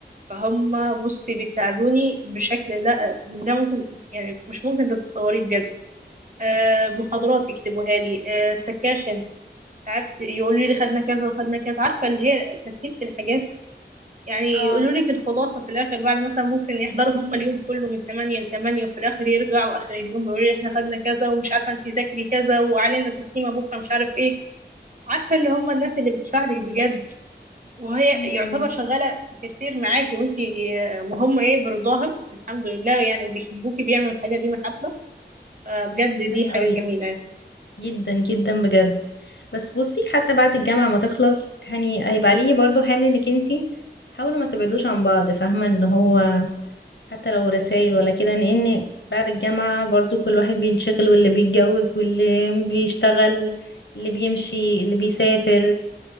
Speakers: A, on the right (about 45°); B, on the left (about 75°).
A: فهم بصي بيساعدوني بشكل لا لا ممكن يعني مش ممكن تتصوريه بجد آه، محاضرات يكتبوها لي آه، سكاشن ساعات يقولوا لي خدنا كذا وخدنا كذا عارفة اللي هي تسهيل في الحاجات يعني
B: اه
A: يقولوا لك الخلاصة في الآخر بعد مثلا ممكن يحضروا هم اليوم كله من 8 ل 8 وفي الآخر يرجعوا آخر اليوم يقولوا لي احنا خدنا كذا ومش عارفة انت ذاكري كذا وعلينا تسليمة بكرة مش عارف ايه عارفة اللي هم الناس اللي بتساعدك بجد وهي
B: م-
A: يعتبر
B: م.
A: شغالة سكرتير معاكي وانتي آه، وهم ايه برضاهم الحمد لله يعني وبيحبوكي بيعملوا الحاجة دي محبة فبجد دي
B: حلو
A: حاجة
B: قوي
A: جميلة
B: جدا جدا بجد بس بصي حتى بعد الجامعة ما تخلص يعني هيبقى ليه برضو حمل انك انتي حاولوا ما تبعدوش عن بعض فاهمة اللي هو حتى لو رسائل ولا كده لان بعد الجامعة برضو كل واحد بينشغل واللي بيتجوز واللي بيشتغل اللي بيمشي اللي بيسافر